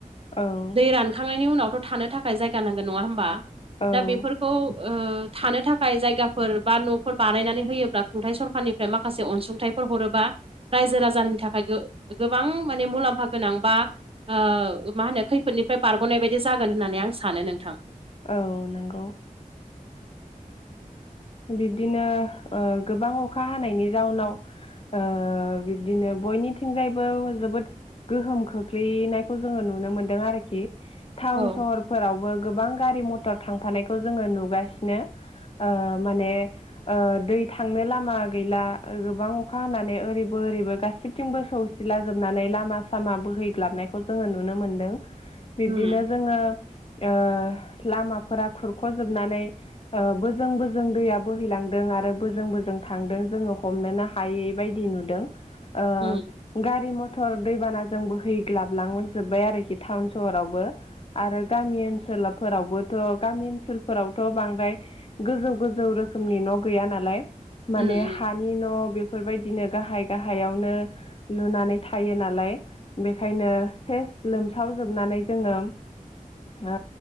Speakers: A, on the left (about 45°); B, on the right (about 40°).
A: औ
B: दै
A: औ
B: रानखांनायनि उनावथ' थानो थाखाय जायगा नांगोन नङा होमबा
A: औ
B: दा बेफोर खौ ओ थानो थाखाय जायगाफोर बा न'फोर बानायनानै होयोब्ला खुंथाइ सरखारनि ओमफ्राय माखासे अनसुंथाइफोर हरोबा रायजो राजानि थाखाय गो गोबां माने मुलाम्फा गोनां बा ओ मा होनो खैफोदनिफ्राय बारग'नाय बायदि जागोन होननानै आं सानो नोंथां।
A: औ नंगौ बिब्दिनो ओ गोबां अखा हानायनि जाउनाव ओ बिब्दिनो बयनिथिंजायबो जोबोद गोहोम खोख्लैनायखौ जोङो नुनो मोनदों आरोखि। टाउन
B: औ
A: सहरफोरावबो गोबां गारि मटर थांफानायखौ जोङो नुगासिनो ओ माने ओ दै थांनो लामा गैला गोबां अखा हानानै ओरैबो ओरैबो गास जेथिंबो सौसिलाजोबनानै लामा सामा बोहैग्लाबनायखौ जोङो नुनो मोनदों। बिब्दिनो
B: उम
A: जोङो ओ लामाफोरा खुरख'जोबनानै ओ बोजों बोजों जों दैया बोहैलांदों आरो बोजों बोजों थांदों जोङो हमनोनो हायै बायदि नुदों। ओ
B: उम
A: गारि मटर दैबानाजों बोहैग्लाबलांजोब्बाय आरोखि टाउन सहरावबो। आरो गामि ओनसोलफोरावबोथ' गामि ओनसोलफोरावथ' बांद्राय गोजौ गोजौ रोखोमनि न' गैया नालाय माने
B: उम उम
A: हानि नि न' बेफोरबायदिनो गाहाय गाहायावनो लुनानै थायो नालाय बेखायनो सेस लोमसावजोबनानै दोङो। ओ